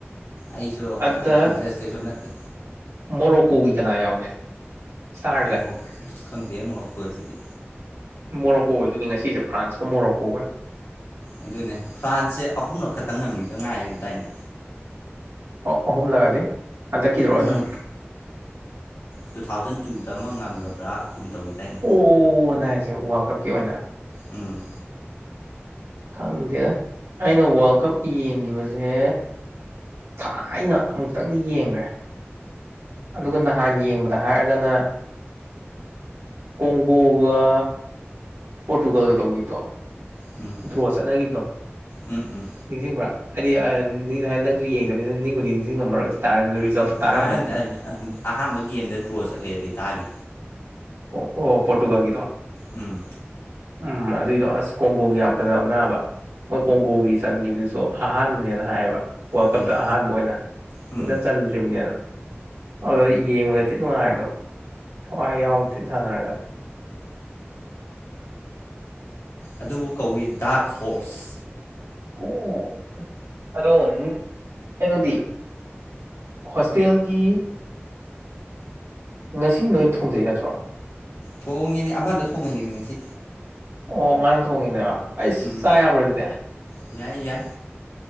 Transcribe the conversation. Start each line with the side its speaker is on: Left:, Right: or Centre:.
Left: ꯑꯩꯁꯨ
Right: ꯑꯗꯨꯗ
Left: ꯑ ꯏꯟꯇ꯭ꯔꯦꯁ ꯀꯩꯁꯨ ꯅꯠꯇꯦ
Right: ꯃꯣꯔꯣꯀꯣꯒꯤ ꯀꯅꯥ ꯌꯥꯎꯒꯦ ꯏꯁꯇꯥꯔꯁꯦ
Left: ꯃꯣꯔꯣꯛ ꯈꯪꯗꯦ ꯃꯣꯔꯣꯛꯀꯣꯖꯤꯗꯤ
Right: ꯃꯣꯔꯣꯀꯣ ꯑꯣꯏꯗꯣꯏꯅꯦ ꯉꯁꯤꯖꯦ ꯐ꯭ꯔꯥꯟꯁꯀ ꯃꯣꯔꯣꯀꯣꯒꯅꯤ
Left: ꯑꯗꯨꯅꯦ ꯐ꯭ꯔꯥꯟꯁꯁꯦ ꯑꯍꯨꯝꯂꯛ ꯈꯛꯇꯪ ꯉꯝꯒꯤꯗ ꯉꯥꯏꯔꯤꯕꯗꯥꯏꯅꯦ
Right: ꯑꯣ ꯑꯍꯨꯝꯂꯛꯑꯗꯤ ꯍꯟꯗꯛꯀꯤꯗꯣꯔꯣ
Left: ꯎꯝ
Right: ꯅꯠꯇ꯭ꯔ
Left: ꯇꯨ ꯊꯥꯎꯖꯟ ꯇꯨꯗ ꯑꯃ ꯉꯝꯒꯕ꯭ꯔꯥ ꯀꯨꯝ ꯇꯧꯒꯤꯗꯥꯏꯅꯦ
Right: ꯑꯣ ꯅꯪ ꯍꯥꯏꯁꯦ ꯋꯥꯜ ꯀꯞꯀꯤ ꯑꯣꯏꯅ
Left: ꯎꯝ
Right: ꯈꯪꯗꯦꯗ ꯑꯩꯅ ꯋꯥꯔꯜ ꯀꯞ ꯌꯦꯡꯒꯤꯕꯖꯦ ꯊꯥꯏꯅ ꯑꯃꯨꯛꯇꯪꯗꯤ ꯌꯦꯡꯒ꯭ꯔꯦ ꯑꯗꯨꯒ ꯅꯍꯥꯟ ꯌꯦꯡꯕꯗ ꯍꯥꯏꯔꯒꯅ ꯀꯣꯡꯒꯣꯒ ꯄꯣꯔꯇꯨꯒꯜꯒ ꯇꯧꯈꯤꯕꯗꯣ
Left: ꯎꯝ
Right: ꯗ꯭ꯔꯣ ꯆꯠꯅꯒꯤꯕꯗꯣ
Left: ꯎꯝ
Right: ꯅꯤꯡꯁꯤꯡꯕ꯭ꯔꯥ ꯍꯥꯏꯗꯤ ꯅꯪꯁꯨ ꯌꯦꯡꯗꯕꯅꯤꯅ ꯅꯤꯡꯕꯨꯗꯤ ꯅꯤꯡꯁꯤꯡꯉꯝꯃꯔꯣꯏ ꯑꯗꯨ ꯇꯥꯔꯒ ꯔꯤꯖꯜꯇꯣ
Left: ꯎꯝ
Right: ꯇꯥꯔꯝꯃꯅꯤ
Left: ꯑꯍꯥꯟꯕ ꯒꯦꯝꯗ ꯗ꯭ꯔꯣ ꯆꯠꯂꯦꯗꯤ ꯇꯥꯒꯤ
Right: ꯑꯣ ꯑꯣ ꯄꯣꯔꯇꯨꯒꯜꯒꯤꯗꯣ
Left: ꯎꯝ
Right: ꯎꯝ ꯑꯗꯨꯏꯗꯣ ꯑꯁ ꯀꯣꯡꯒꯣꯒꯤ ꯌꯥꯝ ꯐꯖꯕꯅꯦ ꯍꯥꯢꯕ ꯃꯣꯏ ꯀꯣꯡꯒꯣꯒꯤ ꯆꯟꯒꯤꯕꯗꯨꯁꯨ ꯑꯍꯥꯟꯕꯅꯦꯅ ꯍꯥꯏꯌꯦꯕ ꯋꯥꯔꯜ ꯀꯞꯇ
Left: ꯎꯝ
Right: ꯑꯍꯥꯟꯕ ꯑꯣꯏꯅ
Left: ꯎꯝ
Right: ꯁꯨꯡꯆꯟ ꯆꯟꯗ꯭ꯔꯤꯕꯅꯦꯅ ꯑꯗꯨꯗ ꯌꯦꯡꯕꯗꯗꯤ ꯊꯤ ꯅꯨꯡꯉꯥꯏꯕꯗꯣ ꯊꯋꯥꯏ ꯌꯥꯎꯗ ꯇꯤꯟ ꯁꯥꯟꯅꯔꯒ
Left: ꯑꯗꯨꯕꯨ ꯀꯧꯏ ꯗꯥꯛ ꯍꯣꯔꯁ
Right: ꯑꯣ ꯑꯗꯣ ꯅꯨꯡ ꯀꯩꯅꯣꯗꯤ ꯍꯣꯁꯇꯦꯜꯒꯤ ꯉꯁꯤ ꯅꯣꯏꯅ ꯊꯣꯡꯖꯩ ꯅꯠꯇ꯭ꯔꯣ
Left: ꯊꯣꯡꯉꯤꯅꯦ ꯑꯃꯗ ꯊꯣꯡꯍꯜꯂꯤꯅꯦ ꯉꯁꯤ
Right: ꯑꯣ ꯃꯥꯅ ꯊꯣꯡꯉꯤꯅꯦꯕ ꯑꯩꯆ
Left: ꯎꯝ
Right: ꯆꯥ ꯌꯥꯕ꯭ꯔꯥ ꯑꯗꯨꯗꯤ
Left: ꯌꯥꯏ ꯌꯥꯏ